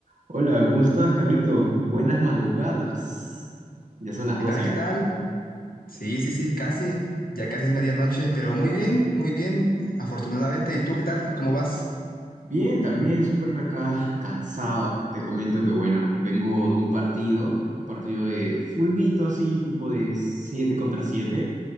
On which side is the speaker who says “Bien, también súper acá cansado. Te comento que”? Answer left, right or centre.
Right